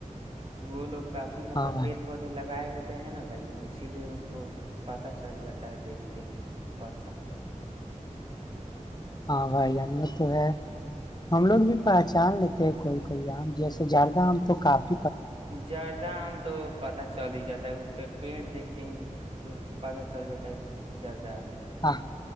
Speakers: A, on the right; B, on the left.
A: وہ لوگ کافی مطلب
B: ہاں بھائی
A: پیڑ پودے لگائے ہوتے ہیں نا بھائی جان اسی لیے ان کو پتا چل جاتا ہے دیکھتے ہی پ
B: ہاں بھائی جور تو ہے <unintelligible> ہم لوگ
A: جی
B: بھی پہچان لیتے کوئی کوئی آم جیسے زیادہ آم تو کپ
A: جردہام تو پتاہ چل ہی جاتا اس پہ پیڑ دیکھ کے ہی پتا چل جاتا ہے کہ جرد دم <inaudible>
B: ہاں